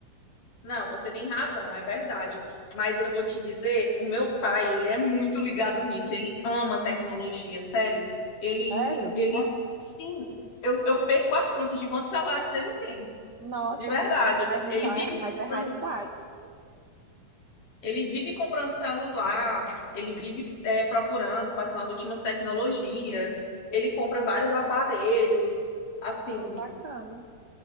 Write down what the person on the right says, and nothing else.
Sério?
Nossa.
Mas então
é, mas
é raridade, viu?
Ah, bacana.